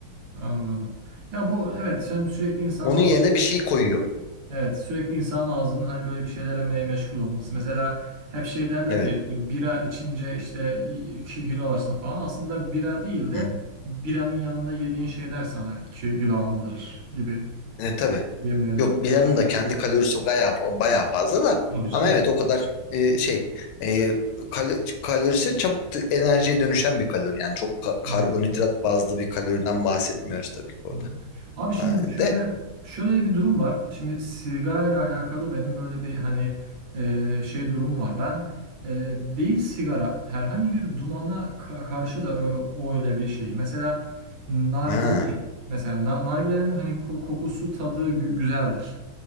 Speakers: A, on the right; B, on the left.
A: Anladım. Ya bu evet sen sürekli insanın
B: Onun
A: ağzı
B: yerine bir şey koyuyor.
A: Evet sürekli insanın ağzının hani böyle bir şeylere me- meşgul olması. Mesela hep şey derler
B: Evet.
A: ya işte bira içince işte iki kilo alırsın falan. Aslında bira değil de
B: Hı hı.
A: biranın yanında yediğin şeyler sana iki kilo aldırır gibi
B: E, tabii.
A: bir mevzu.
B: Yok biranın da kendi kalorisi bayağı, bayağı fazla da
A: Tabii canım.
B: ama evet o kadar e, şey e, kal- kalorisi çabuk t- enerjiye dönüşen bir kalori. Yani çok ka- karbonhidrat
A: Evet.
B: bazlı bir kaloriden bahsetmiyoruz tabii ki orada.
A: Hı hı. Abi şimdi
B: Ha,
A: şöyle
B: de
A: şöyle bir durum var. Şimdi sigarayla alakalı benim böyle bir hani e, şey durumum var. Ben e, değil sigara herhangi bir dumana ka- karşı da ö- o öyle bir şey. Mesela nargile
B: ha
A: mesela na- nargilenin hani ko- kokusu tadı gü- güzeldir.